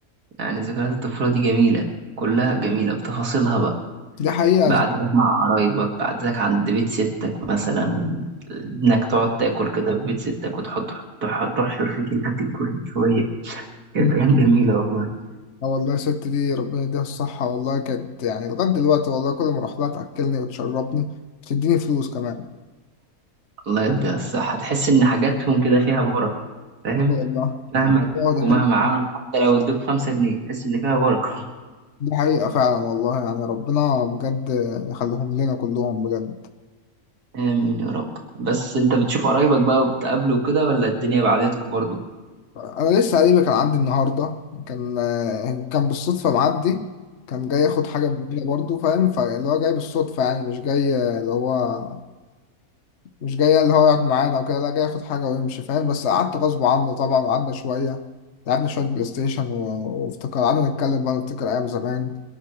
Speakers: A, on the right (about 75°); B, on the left (about 50°).
A: يعني ذكريات الطفوله دي جميله كلها جميله بتفاصيلها
B: دي حقيقة
A: بقعدتك
B: ذك...
A: مع قرايبك بقعدتك عند بيت ستك مثلا انك تقعد تاكل كده في بيت ستك وتحط تح- تحشر فيك الاكل كل شويه كانت
B: مم.
A: ايام جميله والله
B: اه والله الست دي ربنا يديها الصحة والله كانت يعني لغاية دلوقتي والله كل ما أروح لها تأكلني وتشربني بتديني فلوس كمان
A: الله يديها الصحه تحس ان حاجاتهم كده فيها بركه فاهم
B: اه والله
A: مهما ادوك
B: والله دي
A: ومهما
B: حقيقة
A: عملوا حتى لو ادوك خمسة جنيه تحس ان فيها بركه
B: دي حقيقة فعلا والله يعني ربنا بجد يخليهم لنا كلهم بجد
A: امين يا رب بس انت بتشوف قرايبك بقى وبتقابله كده ولا الدنيا بعدتكم برضو
B: انا لسه قريبي كان عندي النهارده كان آه، كان بالصدفه معدي كان جاي ياخد حاجه مننا برضه فاهم فاللي هو جاي بالصدفه يعني مش جاي آه، اللي هو مش جاي اللي هو يقعد معانا وكده لا جاي ياخد حاجه ويمشي فاهم بس قعدت غصب عنه طبعا وقعدنا شويه لعبنا شويه بلاي ستيشن و- وافتكر قعدنا نتكلم بقى نفتكر ايام زمان